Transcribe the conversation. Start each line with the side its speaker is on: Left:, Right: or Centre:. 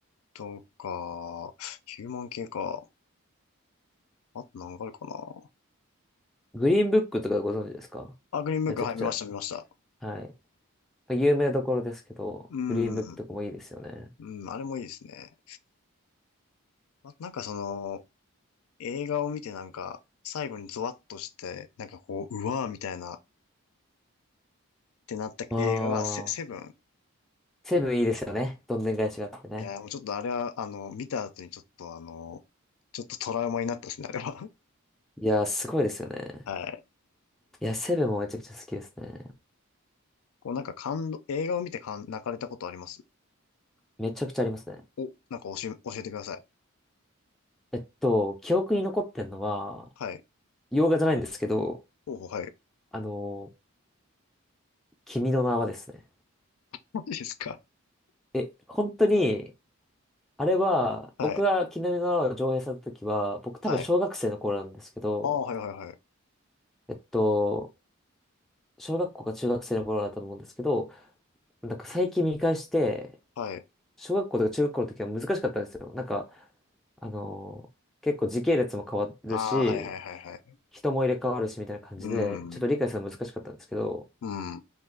Left: とか、ヒューマン系か。あと何があるかな。
Centre: グリーンブックとかご存知ですか
Left: あ、グリーンブック、
Centre: めちゃくちゃ。
Left: はい、見ました、見ました。
Centre: はい。有名どころですけど、
Left: うん。
Centre: グリーンブックとかもいいですよね。
Left: うん、あれもいいですね。あとなんかその、映画を見てなんか、最後にゾワッとして、なんかこう、うわーみたいな、ってなった映画がセ、
Centre: あ
Left: セブン
Centre: あ、セブンいいですよね。どんでん返しがあってね。
Left: いやー、もうちょっとあれは、あの、見た後にちょっとあの、ちょっとトラウマになったですね、あれは。
Centre: いやー、すごいですよね。
Left: <laughs> はい。
Centre: いや、セブンもめちゃくちゃ好きですね。
Left: こうなんか感動、映画を見て感泣かれたことあります
Centre: めちゃくちゃありますね。
Left: お、なんか教え、教えてください。
Centre: えっと、記憶に残ってんのは、
Left: はい。
Centre: 洋画じゃないんですけど、
Left: ほうほう、はい。
Centre: あのー君の名はですね。
Left: マジですか
Centre: え、本当に、あれは、
Left: はい。
Centre: 僕が君の名は上映された時は、僕多分小学生の頃なんですけど、
Left: はい。ああ、はいはいはい。
Centre: えっと、小学校か中学生の頃だったと思うんですけど、なんか最近見返して、
Left: はい。
Centre: 小学校とか中学校の時は難しかったんですよ。なんか、あのー結構時系列も変わるし、
Left: ああ、はいはいはいはい。
Centre: 人も入れ替わるしみたいな感じで、
Left: うん。
Centre: ちょっと理解するの難しかったんですけど、
Left: うん。